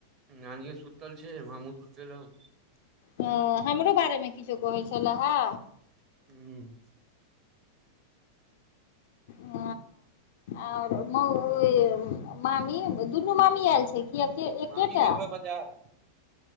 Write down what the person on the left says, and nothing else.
ह हमरो बारेमे किछु से कहै छलहे
ह आर म मामी दुनू मामी आयल छै किए एकेटा